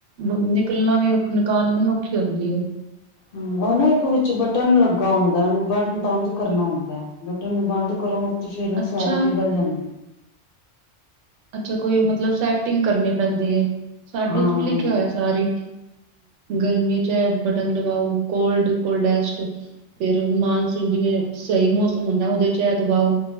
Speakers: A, on the right; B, on the left.
A: ਨਿਕਲਣਾ ਵੀ ਔਖ ਨਿਕਾਲਣੀ ਔਖੀ ਹੁੰਦੀ ਏ।
B: ਹਾਂ, ਉਹ ਨਾ ਇੱਕ ਵਿੱਚ ਬਟਨ ਲੱ ਲਗਾ ਹੁੰਦਾ ਉਹਨੂੰ ਬਟਨ ਬੰਦ ਕਰਨਾ ਹੁੰਦਾ ਬਟਨ ਉਹਨੂੰ ਬੰਦ ਕਰੋ ਤੇ ਫੇਰ ਉਹ
A: ਅੱਛਾ
B: ਸਾਰੀ ਪਿਘਲ ਜਾਂ <inaudible>
A: ਅੱਛਾ ਕੋਈ ਮਤਲਬ ਸੈਟਿੰਗ ਕਰਨੀ ਪੈਂਦੀ ਏ ਸਾਡੇ
B: ਹਾਂ
A: ਚ ਵੀ
B: ਹੂੰ।
A: ਲਿਖਿਆ ਹੋਇਆ ਸਾਰੀ। ਗਰਮੀ ਚ ਏ ਬਟਨ ਦਬਾਓ ਕੋਲਡ, ਕੋਲਡੇਸਟ ਫੇਰ ਮਾਨ ਸਿੰਘ ਜਿਵੇਂ ਸਈ ਮੌਸਮ ਹੁੰਦਾ ਓਦੇ ਚ ਏ ਦਬਾਓ